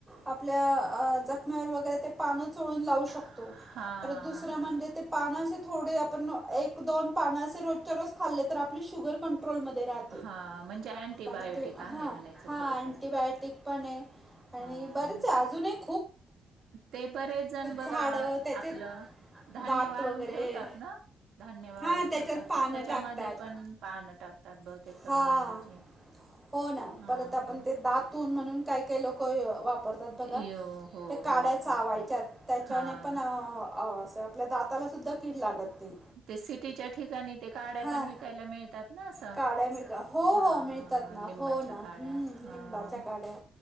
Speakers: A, on the right (about 15°); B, on the right (about 70°).
A: आपल्या जखमेवर वगैरे ते पानं चोळून लावू शकतो
B: हां,
A: परत दुसरं
B: हां.
A: म्हणजे ते पान असे थोडे आपण एक दोन पानं असे रोजच्या रोज खाल्ले तर आपले शुगर कंट्रोलमध्ये राहते
B: हां, म्हणजे अँटिबायोटिक
A: कारण ते
B: आहे
A: हा
B: म्हणायचं थोडक्यात.
A: अंटीबायोटिक पण आहे. आणि
B: हां.
A: बरेच आहे अजून एक
B: ते बरेच जण बघा
A: झाडं त्याचे
B: आपलं धान्य
A: दात
B: वाळून
A: वगैरे
B: ठेवतात ना धान्य वाळून
A: हां त्याच्यात
B: ठेवतात
A: पानं
B: तर त्याच्यामध्ये
A: टाकतात
B: त्याच्यामध्ये पण पानं टाकतात बहुतेक
A: हां
B: कडुनिंबाची
A: हो ना
B: हा
A: परत आपण
B: हा.
A: ते दातून म्हणून काही काही लोक वापरतात. बघा
B: येव हो,
A: ते काड्या
B: हो वापरतात.
A: चावायच्या याच्याने
B: हां,
A: पण अस आपल्या दातालासुद्धा कीड लागत नाही.
B: ते सिटीच्या ठिकाणी ते काड्या
A: हां
B: पण विकायला मिळतात ना असं
A: काड्या मिळतात हो
B: हा
A: हो मिळतात ना
B: लिंबाच्या
A: हो ना
B: काड्या
A: हम्म
B: हा.
A: लिंबाच्या काड्या